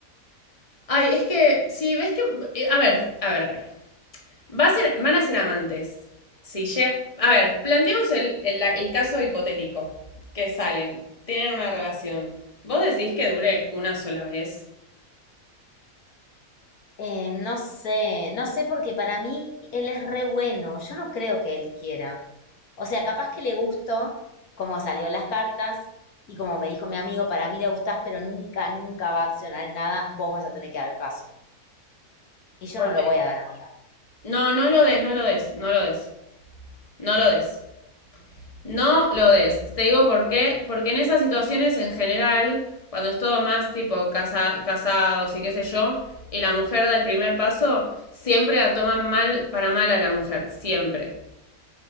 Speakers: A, on the left; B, on the left.
A: Ay, es que si ves que... eh, A ver, a ver, a ver. Va a ser, van a ser amantes. Si llega- a ver, planteemos el, el- el caso hipotético. Que salen, tienen una relación. ¿Vos decís que dure una sola vez?
B: Eh, no sé, no sé porque para mí él es re bueno. Yo no creo que él quiera. O sea, capaz que le gustó como salió en las cartas y como me dijo mi amigo, para mí le gustás, pero nunca, nunca va a accionar en nada, vos vas a tener que dar el paso. Y yo
A: Ok.
B: no lo voy a dar, amiga.
A: No, no lo des, no lo des, no lo des, no lo des. No lo des. Te digo por qué. Porque en esas situaciones en general, cuando es todo más tipo casa, casados y qué sé yo, y la mujer da el primer paso, siempre la toman mal para mal a la mujer. Siempre.